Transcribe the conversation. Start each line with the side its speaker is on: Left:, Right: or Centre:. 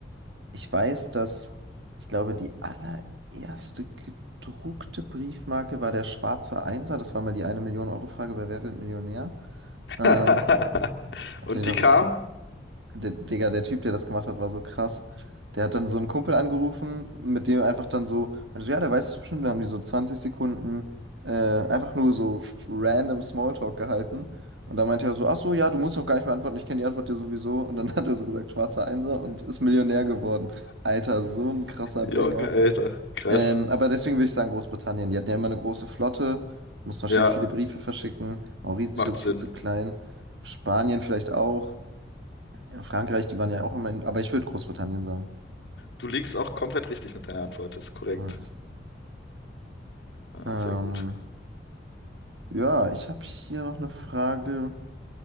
Right: Ich weiß, dass, ich glaube, die allererste gedruckte Briefmarke war der schwarze Einser. Das war mal die eine Million Euro Frage bei Wer wird Millionär? Ähm,
Left: <laughs>
Right: ja,
Left: Und
Right: vielleicht
Left: die
Right: auch
Left: kam?
Right: der, Digga, der Typ, der das gemacht hat, war so krass. Der hat dann so einen Kumpel angerufen, mit dem einfach dann so, also ja, der weiß es bestimmt, da haben die so 20 Sekunden äh, einfach nur so random Smalltalk gehalten. Und dann meinte er so, ach so, ja, du musst doch gar nicht mehr antworten, ich kenne die Antwort ja sowieso. Und dann hat er so gesagt, schwarzer Einser und ist Millionär geworden. Alter, so ein krasser Banger.
Left: Junge, Alter, krass.
Right: Ähm, aber deswegen würde ich sagen, Großbritannien. Die hatten ja immer eine große Flotte, mussten wahrscheinlich
Left: Ja,
Right: viele Briefe verschicken. Mauritius
Left: macht Sinn.
Right: viel zu klein. Spanien vielleicht auch. Ja, Frankreich, die waren ja auch immer in, aber ich würde Großbritannien sagen.
Left: Du liegst auch komplett richtig mit deiner Antwort, ist korrekt.
Right: Nice.
Left: Ja,
Right: Ähm,
Left: sehr gut.
Right: ja, ich habe hier noch eine Frage.